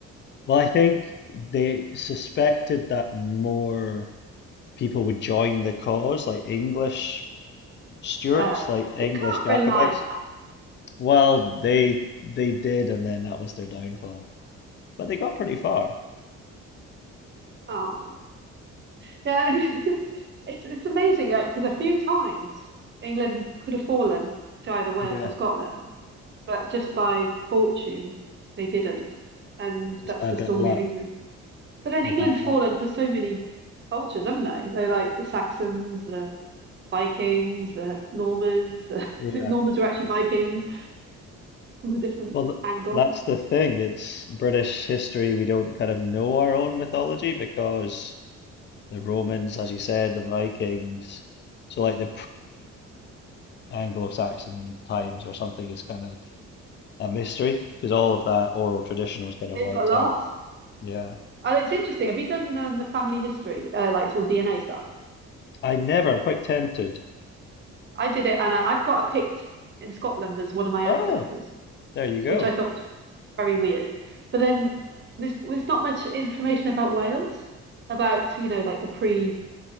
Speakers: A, on the left; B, on the right.
A: Well, I think they suspected that more people would join the cause, like English Stuarts,
B: Oh,
A: like Oh,
B: you
A: English
B: can't
A: Jacobites.
B: rely on that.
A: Well, they they did, and then that was their downfall. But they got pretty far.
B: Oh. Yeah, <laughs> it's it's amazing because a few times England could have fallen to either Wales
A: Yeah,
B: or Scotland, but just by fortune they didn't, and
A: just
B: that's
A: by
B: the
A: a bit
B: story
A: of luck
B: of England. But then
A: or
B: England's
A: bad
B: fallen
A: luck.
B: to so many cultures, haven't they? They're like the Saxons, the Vikings, the Normans. The
A: Yeah.
B: <laughs> Normans were actually Vikings from a different
A: Well, th
B: angle.
A: that's the thing. It's British history. We don't kind of know our own mythology because the Romans, as you said, the Vikings. So like the pre-Anglo-Saxon times or something is kind of a mystery because all of that oral tradition was kind of
B: They
A: wiped
B: got lost.
A: out. Yeah.
B: And it's interesting. Have you done um, the family history, uh, like sort of DNA stuff?
A: I never. I'm quite tempted.
B: I did it, and I, I've got a Pict in Scotland as one of my
A: Oh,
B: ancestors,
A: there you go.
B: which I thought was very weird. But then there's there's not much information about Wales, about you know like the pre